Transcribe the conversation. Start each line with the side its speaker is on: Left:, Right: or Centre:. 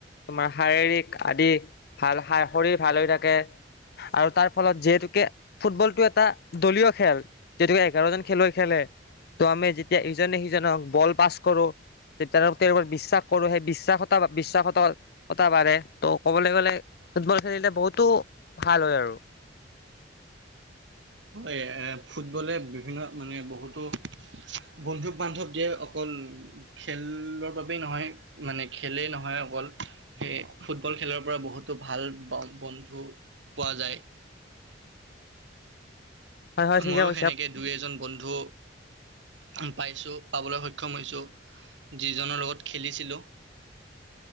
Left: তোমাৰ শাৰীৰিক আদি ভাল শৰীৰ ভাল হৈ থাকে আৰু তাৰ ফলত যিহেতুকে ফুটবল টো এটা দলীয় খেল যিহেতুকে এঘাৰজন খেলুৱৈ খেলে ত' আমি যেতিয়া ইজনে সিজনক বল পাছ কৰো তেওঁ তেওঁৰ বিশ্বাস কৰো সেই বিশ্বাসতা বিশ্বাসত কটা বাঢ়ে ত' ক'বলৈ গলে ফুটবল খেলিলে বহুতো ভাল হয় আৰু
Right: হয় এ ফুটবলে বিভিন্ন মানে বহুতো বন্ধুক বান্ধৱ দিয়ে অকল খেলৰ বাবেই নহয় মানে খেলেই নহয় অকল সেই ফুটবল খেলৰ পৰা বহুতো ভাল বন্ধু পোৱা যায়
Left: হয় হয় ঠিকে
Right: ময়ো
Left: কৈছা
Right: সেনেকে দুই এজন বন্ধু ভাল পাইছো পাবলৈ সক্ষম সক্ষম হৈছো যিজনৰ লগত খেলিছিলো